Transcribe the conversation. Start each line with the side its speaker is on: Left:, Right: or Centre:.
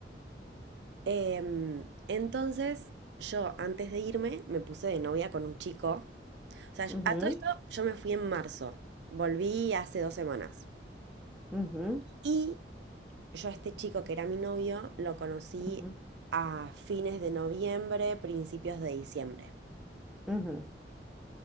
Right: Em, entonces, yo antes de irme me puse de novia con un chico. O sea,
Centre: Ujú,
Right: a todo esto yo me fui en marzo. Volví hace dos semanas.
Centre: ujú,
Right: Y yo a este chico que era mi novio lo conocí
Centre: ujú,
Right: a fines de noviembre, principios de diciembre.
Centre: ujú,